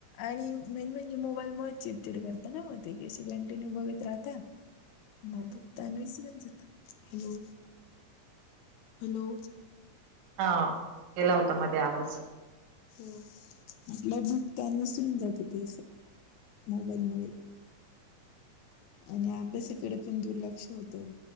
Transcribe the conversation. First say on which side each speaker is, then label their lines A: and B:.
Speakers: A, on the left (about 75°); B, on the right (about 90°).
A: आणि मेन म्हणजे मोबाईल चिडचिड करत ना म ते की अशे कंटिन्यू बघत राहता.
B: <inaudible>
A: म भुक तान विसरून जाता. Hello hello.
B: हा गेला होता मध्ये आवाज.
A: हो म भुक तहान विसरून जातं ते असं. मोबाईलमुळे. आणि अभ्यासाकडे पण दुर्लक्ष होतं.